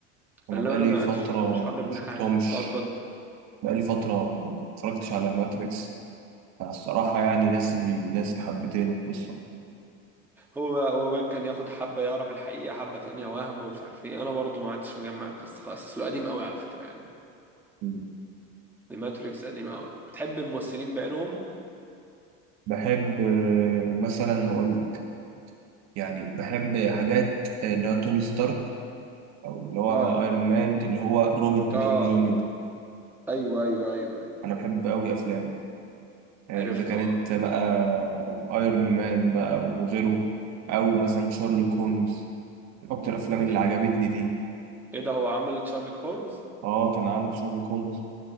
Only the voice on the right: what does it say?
أنا
بقالي
فترة
مشفتهمش
بقالي فترة ما اتفرجتش على ماتريكس الصراحة يعني ناسي ناسي حبتين القصة
مم.
بحب آه، مثلا هقول لك يعني بحب حاجات آه، اللي هو توني ستارك أو اللي هو
أيرون مان اللي هو روبرت
داوني جونيور
أنا بحب أوي أفلامه يعني
إذا كانت
بقى أيرون مان بقى وغيره أو مثلا شارلوك هومز من أكتر الأفلام اللي
عجبتني دي
آه كان عامل شارلوك هومز